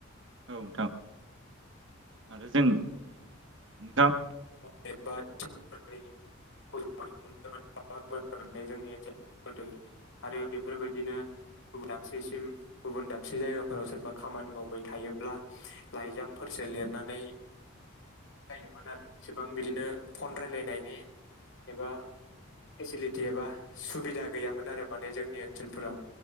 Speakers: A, on the right; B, on the left.
A: औ जों नोंथां
B: <unintelligible> आरो बेफोरबायदिनो गुबुन दाबसेसिम गुबुन दाबसे जायगाफोराव सोरबा खामानि मावबाय थायोब्ला लाइजामफोरसो लिरनानै जायोमोन आरो एसेबां बिदिनो फन रायलायनायनि एबा फेसिलिटि एबा सुबिदा गैयामोन आरो माने जोंनि ओनसोलफोराव